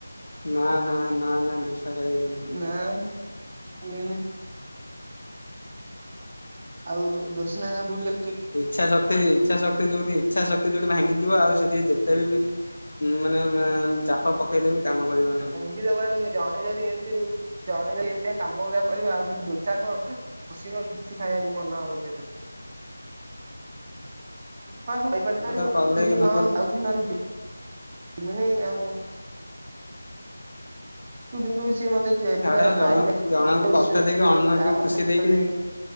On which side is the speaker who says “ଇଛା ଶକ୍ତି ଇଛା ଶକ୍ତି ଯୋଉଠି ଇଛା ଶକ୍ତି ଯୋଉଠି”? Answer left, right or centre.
Left